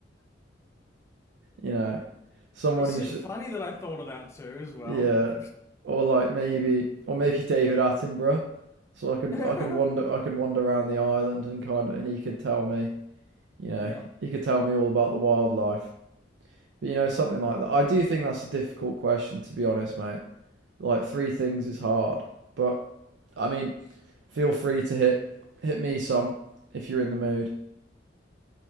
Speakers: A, on the right (about 70°); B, on the left (about 15°).
A: you know, someone
B: It's
A: who's
B: uh, funny that I thought of that too as well.
A: yeah, or like maybe or maybe David Attenborough. So I could
B: <laughs>
A: I could wander I could wander around the island and kind of and he could tell me, you know,
B: Yeah.
A: he could tell me all about the wildlife. But you know, something like that. I do think that's a difficult question to be honest, mate. Like three things is hard, but I mean, feel free to hit hit me some if you're in the mood.